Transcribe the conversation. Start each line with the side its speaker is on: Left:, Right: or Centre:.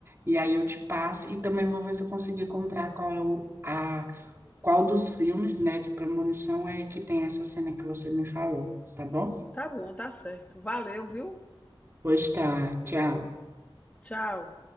Right: E aí eu te passo e também vou ver se eu consigo encontrar qual é o, a, qual dos filmes, né, de premonição é que tem essa cena que você me falou, tá bom?
Left: Tá bom, tá certo. Valeu, viu?
Right: Pois tá, tchau.
Left: Tchau.